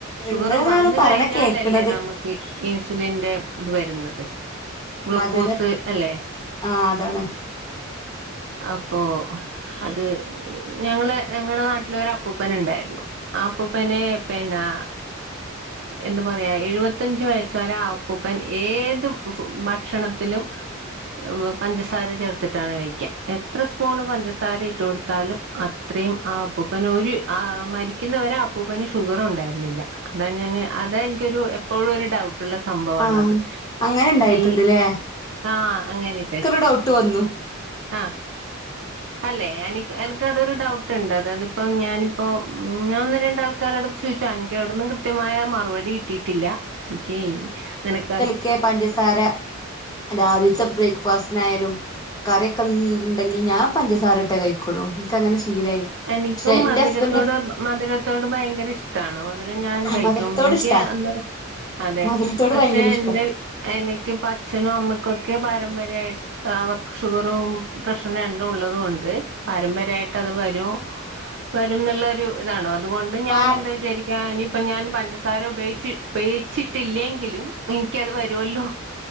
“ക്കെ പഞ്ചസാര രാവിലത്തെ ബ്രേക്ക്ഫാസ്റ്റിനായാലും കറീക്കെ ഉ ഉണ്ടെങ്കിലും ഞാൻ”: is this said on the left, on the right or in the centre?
Left